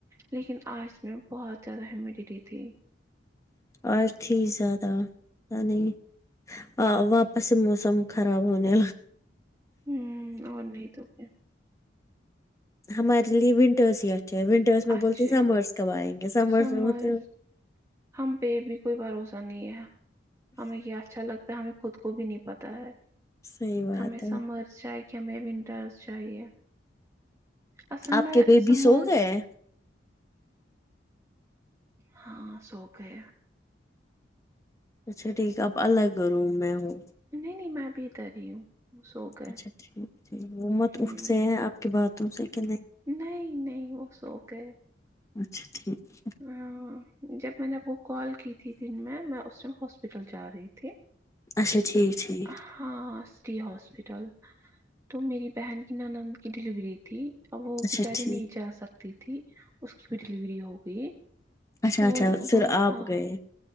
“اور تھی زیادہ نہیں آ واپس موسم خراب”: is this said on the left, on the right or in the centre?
Left